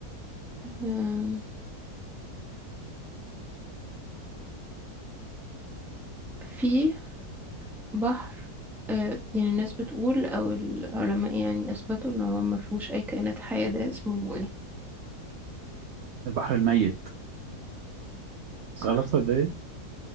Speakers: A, in the centre; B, on the right.
A: آم، في بحر آه، يعني الناس بتقول او العلماء يعني اثبتوا ان هو ما فيهوش اي كائنات حية ده اسمه ايه
B: البحر الميت
A: صح
B: غلط ولا ايه؟